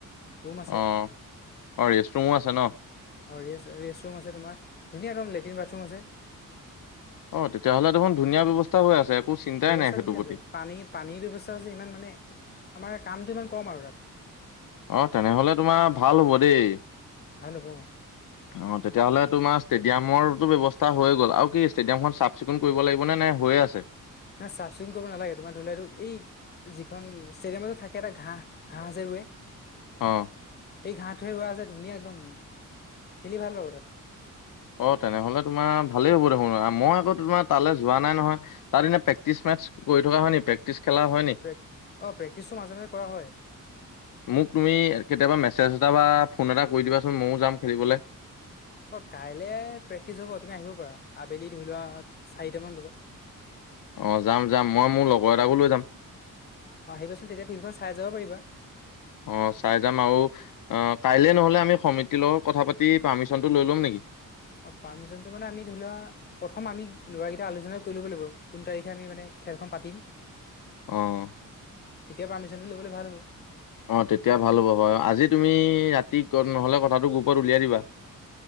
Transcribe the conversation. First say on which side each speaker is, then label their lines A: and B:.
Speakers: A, on the left; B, on the left.
A: ৰুম আছে
B: অ অ ৰেষ্ট ৰুমো আছে ন?
A: অ ৰেচ ৰেচ ৰুম আছে তোমাৰ ধুনীয়া একদম লেট্ৰিন বাথৰুম আছে।
B: অঁ তেতিয়াহ'লে দেখোন ধুনীয়া ব্যৱস্থা হৈ আছে একো চিন্তাই
A: ব্যৱস্থা
B: নাই সেইটোৰ
A: ধুনীয়া
B: প্ৰতি।
A: আছে পানী পানীৰ ব্যৱস্থা আছে ইমান মানে আমাৰ কামটো ইমান কম আৰু তাত
B: অ তেনেহলে তোমাৰ ভাল হ'ব দেই অ
A: ভাল হ'ব
B: তেতিয়াহলে তোমাৰ ষ্টেডিয়ামৰো ব্যৱস্থা হৈ গ'ল আৰু কি ষ্টেডিয়ামখন চাফ চিকুণ কৰিব লাগিব নে নে হৈয়ে আছে?
A: না চাফ চিকুণ কৰিব নালাগে সটোমান ধৰি ললে আৰু এই যিখন ষ্টেডিয়ামতে থাকে এটা ঘাঁহ ঘাঁহ যে ৰুৱে।
B: অ
A: সেই ঘাঁহটোহে ৰোৱা যে ধুনীয়া একদম খেলি ভাল পাব তাত।
B: অ তেনেহলে তোমাৰ ভালেই হ'ব দেখোন মই আকৌ তোমাৰ তালৈ যোৱা নাই নহয়। তাৰ দিনে প্ৰে্টিচ মেচ কৰি থকা হয় নি প্ৰেক্টিচ খেলা হয় ন নি?
A: প্ৰেক অ প্ৰেক্টিচটো মাজে মাজে কৰা হয়।
B: মোক তুমি কেতিয়াবা মেছেজ এটা বা ফোন এটা কৰি দিবাচোন ময়ো যাম খেলিবলৈ।
A: অ কাইলে প্ৰেক্টিচ হ'ব তুমি আহিব পাৰা আবেলি ধৰি লোৱা চাৰিটামান বজাত।
B: অ যাম যাম মই মোৰ লগৰ এটাকো লৈ যাম।
A: অঁ আহিবাচোন তেয়া ফিলডখন চাই যাব পাৰিবা।
B: অ চাই যাম আ অ কাইলে নহ'লে আমি সমিতিৰ লগত কথা পাতি পাৰ্মিচনটো লৈ ল'ম নেকি?
A: অঁ পাৰ্মিশ্যনটো মানে আমি ধৰি লোৱা প্ৰথম আমি ল'ৰাকেইটা আলোচনা কৰি ল'ব লাগিব কোন তাৰিখে আমি মানে খেলখন পাতিম।
B: অ
A: তেতিয়া পাৰমিচনটো ল'বলে ভাল হ'ব।
B: অ তেতিয়া ভাল হ'ব হয় আজি তুমি ৰাতি নহ'লে কথাটো গ্ৰুপত উলিয়াই দিবা।